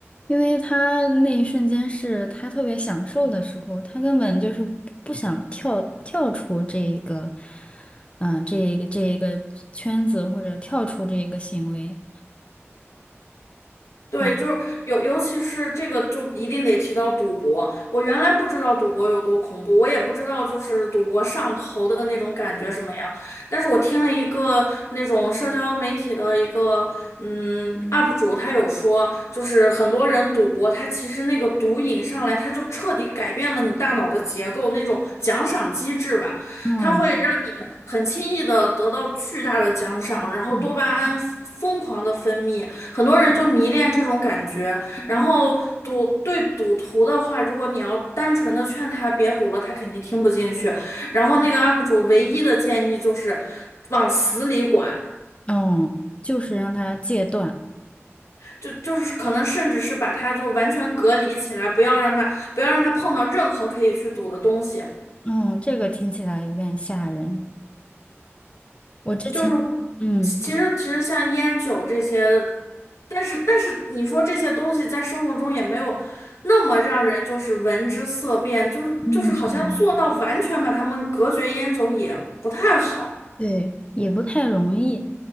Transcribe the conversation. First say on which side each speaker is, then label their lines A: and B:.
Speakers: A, on the left; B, on the left.
A: 因为他那一瞬间是他特别享受的时候，他根本就是不想跳跳出这一个，嗯、这一个这一个圈子或者跳出这一个行为，
B: 对，
A: 然
B: 就是尤尤其是这个，就一定得提到赌博。我原来不知道赌博有多恐怖，我也不知道就是赌博上头的那种感觉什么样。但是我听了一个那种社交媒体的一个嗯 UP 主，他有说，就是很多人赌博，他其实那个毒瘾上来，他就彻底改变了你大脑的结构，那种奖赏机制吧，
A: 后，
B: 它会让你很轻易的得到巨大的奖赏，然后多巴胺疯狂的分泌。
A: 嗯
B: 很多人就迷恋这种感觉，
A: 嗯，
B: 然后赌，对赌徒的话，如果你要单纯的劝他别赌了，他肯定听不进去。然后那个 UP 主唯一的建议就是往死里管，
A: 嗯就是让他戒断，
B: 就就是可能甚至是把他就完全隔离起来，不要让他不要让他碰到任何可以去赌的东西。
A: 嗯，这个听起来有点吓人。我之前，
B: 就是
A: 嗯
B: 其其实其实像烟酒这些，但是但是你说这些东西在生活中也没有那么让人就是闻之色变，就是就是好像做到完全把它们隔绝烟酒也不太好。
A: 嗯。对，也不太容易。